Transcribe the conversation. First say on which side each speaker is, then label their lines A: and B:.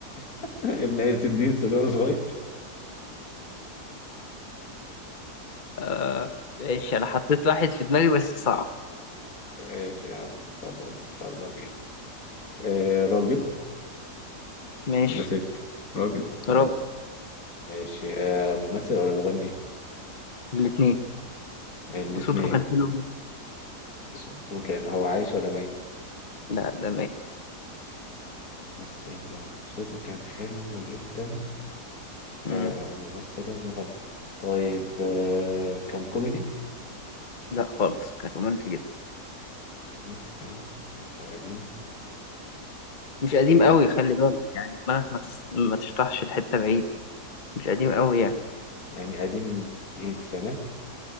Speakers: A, on the left; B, on the left.
A: <laughs> ابن عز الدين سيجاره صغير
B: آه ماشي انا حطيت واحد في دماغي بس صعب
A: ماشي يا عم خلاص يلا بينا آه راجل
B: ماشي
A: ولا ست راجل راجل
B: راجل
A: ماشي آه ممثل ولا مغني
B: الاثنين
A: الاتنين
B: وصوته كان حلو جدا
A: صوته كان هو عايش ولا ميت
B: لا ده ماشي
A: ممثل صوته كان حلو جدا
B: مم.
A: آه ممثل ومغني طيب آه كان كوميدي
B: لا خالص كان رومانسي جدا
A: رومانسي كمان وقديم
B: مش قديم
A: آه
B: قوي خلي بالك يعني دماغك ما تس- ما تشطحش لحته بعيده مش قديم قوي يعني
A: يعني قديم ايه السنات